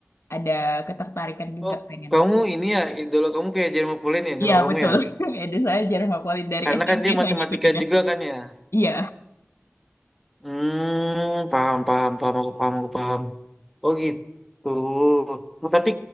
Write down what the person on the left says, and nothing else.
ada ketertarikan juga
pengen.
Iya
betul.
<laughs> Ada saya Jerome Akualit dari
SMP
saya
ngikutin ya.
Iya,